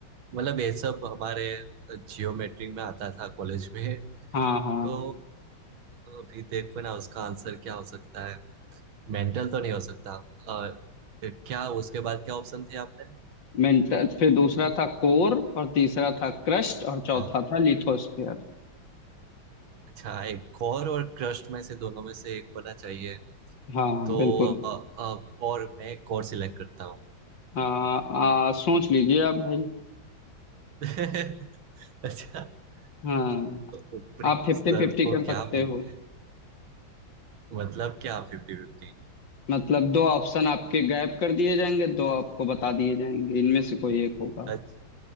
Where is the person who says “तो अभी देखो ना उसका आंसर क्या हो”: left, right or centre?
Right